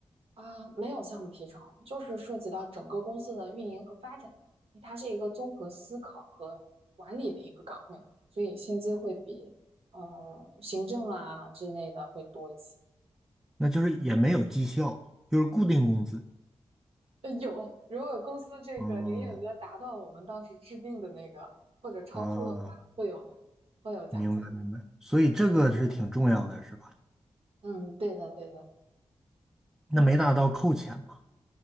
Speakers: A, on the right (about 65°); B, in the centre.
A: 啊，没有项目提成，就是涉及到整个公司的运营和发展，因为它是一个综合思考和管理的一个岗位，所以薪资会比嗯行政啊之类的会多一些。<laughs>
B: 那就是也没有绩效，就是固定工资。
A: 呃有，如果公司这个营业额达到我们当时制定的那个或者超出的话，
B: 哦啊，
A: 会有的，会有奖金。
B: 明白明白，所以这个是挺重要的，是吧？
A: 嗯，对的，对的，
B: 那没达到扣钱嘛？